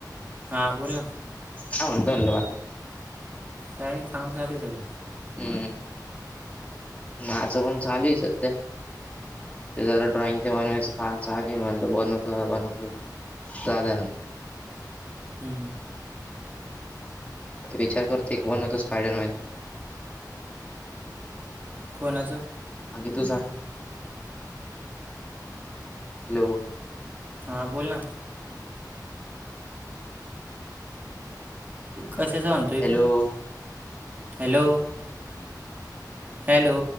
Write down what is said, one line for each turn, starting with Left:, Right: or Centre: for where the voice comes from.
Right: हा बोल ना
Left: काय म्हणतो म्हणलं बाकी
Right: काही नाही चांगलं चालू आहे सगळं
Left: हम्म माझं पण चालू आहे सध्या ते जरा ड्रॉइंग ते बनवायचं. पा ार म्हन बनवतो बनवतो साधारण
Right: हम्म
Left: विचार करतोय एक बन होता स्पायडरमॅन
Right: कोणाचं?
Left: आधी तू सांग हॅलो...
Right: हां बोल ना कशाच. म्हणतोय,
Left: हॅलो
Right: तू हॅलो. हॅलो